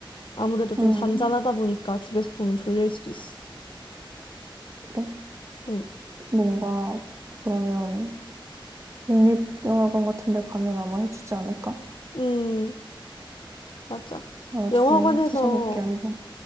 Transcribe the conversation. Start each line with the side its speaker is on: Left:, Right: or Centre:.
Left: 아무래도 좀
Right: 음,
Left: 잔잔하다 보니까 집에서 보면 졸릴 수도 있어.
Right: 그래.
Left: 음.
Right: 뭔가, 그러면, 국립영화관 같은 데 가면 아마 해주지 않을까?
Left: 음, 맞아.
Right: 나 나중에
Left: 영화관에서
Right: 찾아볼게, 한번.